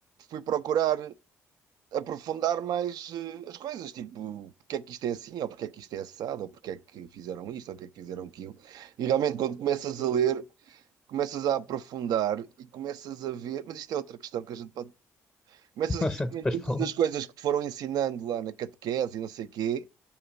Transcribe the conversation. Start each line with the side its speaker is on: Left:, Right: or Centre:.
Right: fui procurar. aprofundar mais eh, as coisas, tipo, porque é que isto é assim, ou porque é que isto é assado, ou porque é que fizeram isto, ou porque é que fizeram aquilo. E realmente, quando começas a ler, começas a aprofundar e começas a ver. Mas isto é outra questão que a gente pode. Começas
Left: <laughs> Mas
Right: a
Left: depois
Right: ver que muitas
Left: falando.
Right: das coisas que te foram ensinando lá na catequese e não sei o quê,